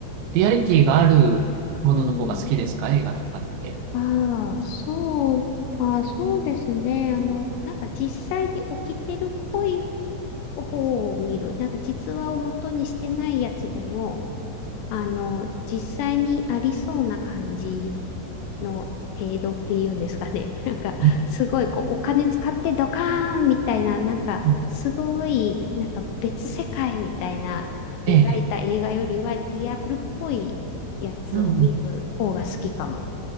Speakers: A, on the right; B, on the left.
A: リアリティがあるものの方が好きですか映画とかって。
B: うん。ああ、そう、ああ、そうですね。あの、なんか実際に起きてるっぽい方を見る。なんか実話を元にしてないやつでも、あの、実際にありそうな感じの程度っていうんですかね。<laughs> なんか、
A: うん
B: すごいこう、お金使ってドカーンみたいな、なんか、
A: うん
B: すごい、なんか別世界みたいな描いた映画よりはリアルっぽいやつを見る方が好きかも
A: ええ、ええ。うんうん